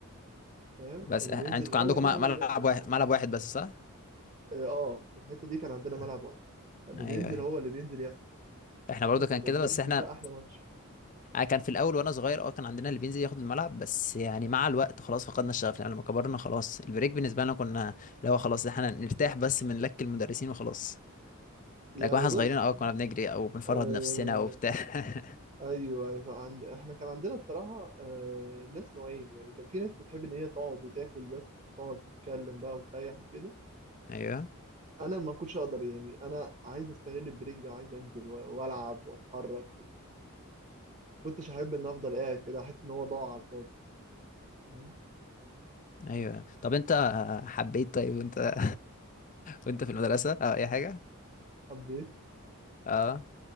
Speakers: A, on the right (about 35°); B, on the left (about 35°).
A: فاهم
B: بس
A: اللي
B: اه،
A: بينزل
B: انتوا
A: الأول
B: كان عندكم
A: ده
B: ملعب
A: هو اللي بياخد الملعب
B: واحد ملعب واحد بس صح
A: اه آه، في الحتة دي كان عندنا ملعب
B: اه،
A: واحد فاللي
B: ايوه
A: بينزل
B: ايوه
A: هو اللي بينزل ياخد
B: احنا برضو
A: احنا كنا
B: كان كده
A: بننزل
B: بس احنا
A: بقى أحلى ماتش
B: اه، كان في الاول وانا صغير اه كان عندنا اللي بينزل ياخد الملعب بس يعني مع الوقت خلاص فقدنا الشغف يعني لما كبرنا خلاص البريك بالنسبه لنا كنا اللي هو خلاص احنا نرتاح بس من لك المدرسين وخلاص
A: يعني
B: لكن واحنا
A: بص
B: صغيرين اه كنا بنجري او بنفرهد
A: آه
B: نفسنا وبتاع <laughs>
A: ايوه أيوة، فعند... احنا كان عندنا بصراحه آه ناس نوعين يعني كان في ناس بتحب ان هي تقعد وتاكل بس تقعد تتكلم بقى وتريح وكده
B: ايوه
A: انا ما كنتش اقدر يعني انا عايز استغل البريك ده عايز انزل و- والعب واتحرك كنتش احب ان افضل قاعد كده احس ان هو ضاع على الفاضي فاهم
B: ايوه طب انت حبيت طيب وانت <laughs> وانت في المدرسه اه اي حاجه
A: حبيت
B: اه